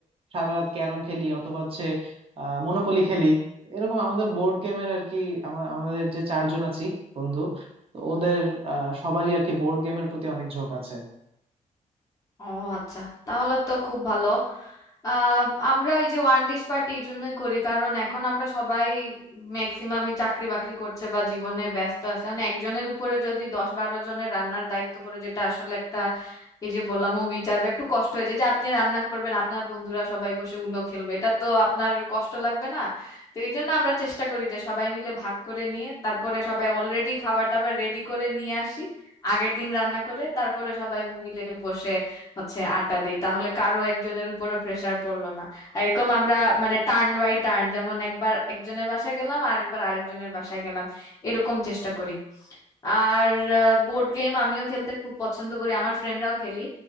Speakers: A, on the right (about 45°); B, on the left (about 25°).
A: সারা রাত ক্যারম খেলি অথবা হচ্ছে মনোপলি খেলি এরকম আমাদের বোর্ড গেমের আর কি আমা- আমাদের যে চারজন আছি বন্ধু তো ওদের আহ, সবারই আর কি বোর্ড গেমের প্রতি অনেক ঝোঁক আছে
B: ও আচ্ছা তাহলে তো খুব ভালো আহ আমরা ওই যে ওয়ান ডিশ পার্টি এই জন্যই করি কারণ এখন আমরা সবাই ম্যাক্সিমামই চাকরি বাকরি করছে বা জীবনে ব্যস্ত আছে মানে একজনের উপরে যদি দশ বারো জনের রান্নার দায়িত্ব পড়ে যেটা আসলে একটা এই যে বললাম ও বিচার বা একটু কষ্ট হয়ে যায় যে আপনি রান্না করবেন আপনার বন্ধুরা সবাই বসে উনো খেলবে এটা তো আপনার কষ্ট লাগবে না তো এই জন্য আমরা চেষ্টা করি যে সবাই মিলে ভাগ করে নিয়ে তারপরে সবাই অলরেডি খাবার দাবার রেডি করে নিয়ে আসি আগের দিন রান্না করে তারপরে সবাই মিলে বসে হচ্ছে আড্ডা দিই তাহলে কারো একজনের উপরও প্রেসার পড়লো না আর এরকম আমরা মানে টার্ন বাই টার্ন যেমন একবার একজনের বাসায় গেলাম আর একবার আরেকজনের বাসায় গেলাম এরকম চেষ্টা করি আর বোর্ড গেম আমিও খেলতে খুব পছন্দ করি আমার ফ্রেন্ডরাও খেলি